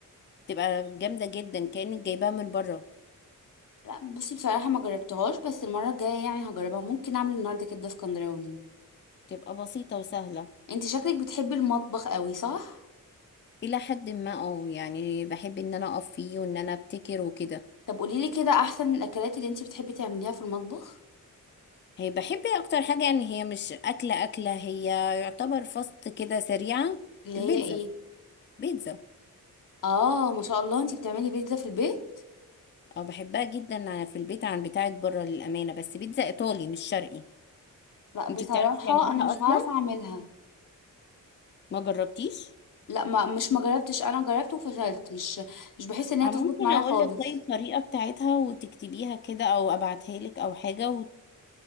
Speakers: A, on the left; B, on the left.
A: تبقى جامدة جدا كأنك جايباها من بره
B: لا بصي بصراحه ما جربتهاش بس المره الجايه يعني هجربها ممكن اعمل النهارده كبده اسكندراني
A: تبقى بسيطة وسهلة
B: انت شكلك بتحبي المطبخ قوي صح
A: إلى حد ما اه يعني بحب إن أنا أقف فيه وإن أنا أبتكر وكده
B: طب قوليلي كده احسن من الاكلات اللي انتي بتحبي تعمليها في المطبخ
A: هي بحب أكتر حاجة يعني هي مش أكلة أكلة هي يعتبر فاست كده سريعة
B: اللي
A: البيتزا
B: هي ايه
A: بيتزا
B: اه ما شاء الله انتي بتعملي بيتزا في البيت
A: أو بحبها جدا في البيت عن بتاعة بره للأمانة بس بيتزا إيطالي مش شرقي
B: لا بصراحة
A: أنتي بتعرفي تعمليها
B: انا مش
A: أصلا
B: بعرف اعملها
A: ما جربتيش
B: لا ما مش ما جربتش انا جربت وفشلت مش مش بحس ان هي
A: أنا
B: تظبط
A: ممكن
B: معايا
A: أقول
B: خالص
A: لك طيب الطريقة بتاعتها وتكتبيها كده أو أبعتها لك أو حاجة وت...